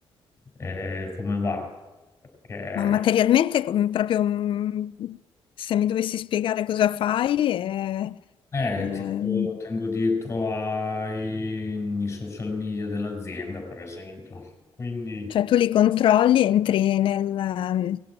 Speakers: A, on the left; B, on the left.
A: eh, come va. Perché
B: Ma materialmente, com- proprio mm, se mi dovessi spiegare cosa fai, eh,
A: eh,
B: ehm,
A: tengo, tengo dietro ai, ai social media dell'azienda, per esempio. Quindi,
B: cioè tu li controlli, entri nel, mm,